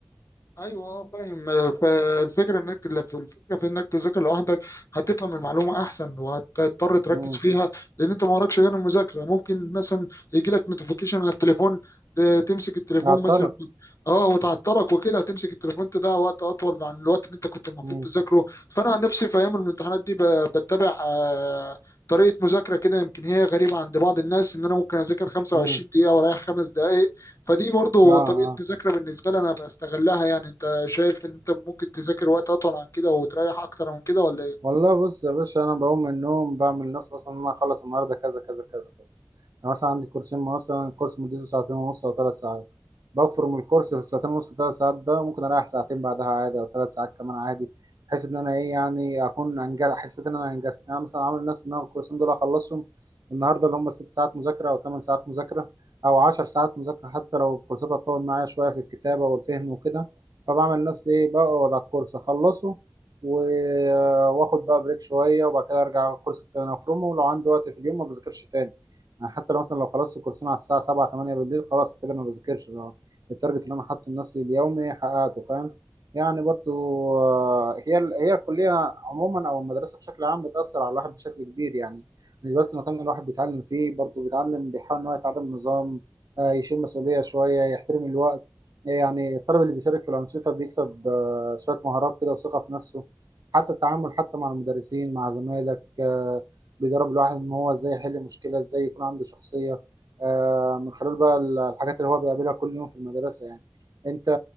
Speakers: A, on the left; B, on the right.
A: ايوه آه، فاهم آه، فالفكره انك الفكره في انك تذاكر لوحدك هتفهم المعلومه احسن وهتضطر تركز
B: امم
A: فيها لان انت ما وراكش غير المذاكره ممكن مثلا يجي لك نوتيفيكيشن على التليفون ت- تمسك التليفون
B: هعطلك
A: مثلا اه وتعطلك وكده هتمسك التليفون تضيع وقت اطول عن الوقت اللي انت كنت المفروض
B: امم
A: تذاكره فانا عن نفسي في ايام الامتحانات دي ب- بتبع آه، طريقه مذاكره كده يمكن هي غريبه عند بعض الناس ان انا ممكن اذاكر 25
B: امم
A: دقيقه واريح خمس دقائق فدي برضو
B: آه آه.
A: طريقة مذاكرة بالنسبة لي أنا بستغلها يعني أنت شايف إن أنت ممكن تذاكر وقت أطول عن كده وتريح أكتر من كده ولا إيه؟
B: والله بص يا باشا انا بقوم من النوم بعمل نفسي مثلا ان انا اخلص النهارده كذا كذا كذا كذا انا مثلا عندي كورسين مثلا الكورس مدته ساعتين ونص او ثلاث ساعات بفرم الكورس في الساعتين ونص ثلاث ساعات ده ممكن اريح ساعتين بعدها عادي او ثلاث ساعات كمان عادي بحيث ان انا ايه يعني اكون انجز حسيت ان انا انجزت يعني انا مثلا عامل نفسي ان انا الكورسين دول اخلصهم النهارده اللي هم ست ساعات مذاكره او ثمان ساعات مذاكره او عشر ساعات مذاكره حتى لو الكورسات هتطول معايا شويه في الكتابه والفهم وكده فبعمل نفسي ايه بقعد على الكورس اخلصه و- واخد بقى بريك شويه وبعد كده ارجع على الكورس التاني افرمه ولو عندي وقت في اليوم ما بذاكرش تاني يعني حتى لو مثلا لو خلصت الكورسين على الساعه 7 8 بالليل خلاص كده انا ما بذاكرش لو التارجت اللي انا حاطه لنفسي اليومي حققته فاهم يعني برضو آه، هي ال- هي الكليه عموما او المدرسه بشكل عام بتاثر على الواحد بشكل كبير يعني مش بس المكان اللي الواحد بيتعلم فيه برضو بيتعلم بيحاول ان هو يتعلم نظام آه، يشيل مسؤوليه شويه يحترم الوقت يعني الطالب اللي بيشارك في الانشطه بيكسب آه، شويه مهارات كده وثقه في نفسه حتى التعامل حتى مع المدرسين مع زمايلك آه، بيدرب الواحد ان هو ازاي يحل مشكله ازاي يكون عنده شخصيه آه، من خلال بقى ال- الحاجات اللي هو بيقابلها كل يوم في المدرسه يعني انت